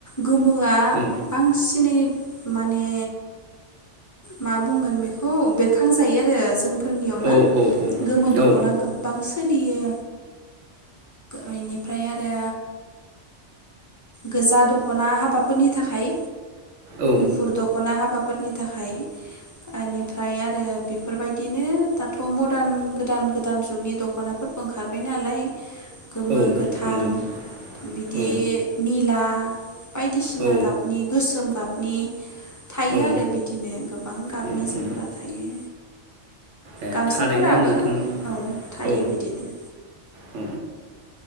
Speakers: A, on the left; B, on the right.
A: गोमोआ
B: औ
A: बांसिनै माने मा बुंगोन बेखौ बेरखांजायो आरो जों फोरनियावनो
B: औ औ
A: गोमो दखना
B: औ
A: गोबां सोलियो। बेनिफ्राय आरो गोजा दखना हाबाफोरनि थाखाय
B: औ
A: गुफुर दखना हाबाफोर नि थाखाय ओनिफाय आरो बेफोरबायदिनो दाथ मर्दान गोदान गोदान जुगनि दखनाफोरबो ओंखारबाय नालाय गोमो,
B: औ
A: गोथां
B: नंगौ
A: बिदि
B: औ
A: निला बायदिसिना
B: औ
A: गाबनि गोसोम गाबनि थायो
B: औ
A: आरो बिदिनो गोबां गाबनि
B: औ
A: जोमग्रा थायो।
B: ए
A: गामसाफोराबो
B: थारैनो नोंथां
A: औ थायो
B: औ
A: बिदिनो
B: औ